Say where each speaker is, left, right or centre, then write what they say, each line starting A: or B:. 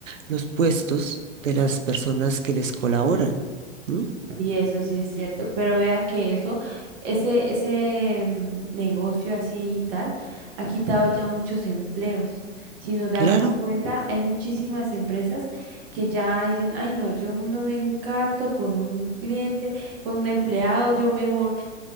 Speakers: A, on the right; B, on the right.
A: los puestos de las personas que les colaboran. ¿no?
B: Y eso sí es cierto, pero vea que eso, ese, ese mm, negocio así digital ha quitado ya muchos empleos. Si nos damos
A: Claro,
B: cuenta, hay muchísimas empresas que ya dicen, ay no, yo no me encarto con un cliente, con un empleado, yo mejor